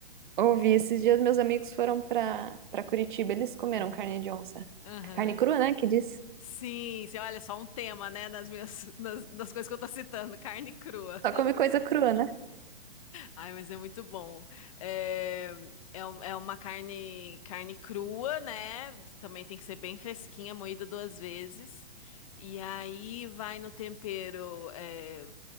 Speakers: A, on the right; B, on the left.
A: Ouvi, esses dias meus amigos foram pra, pra Curitiba, eles comeram
B: Aham.
A: carne de onça.
B: Aham.
A: Carne crua, né? Que diz.
B: Sim, você olha só um tema, né, das minhas <laughs> das, das coisas que eu tô citando, carne crua.
A: Só come coisa crua, né?
B: Ai, mas é muito bom. É, é, um- é uma carne, carne crua, né? Também tem que ser bem fresquinha, moída duas vezes. E aí vai no tempero, é,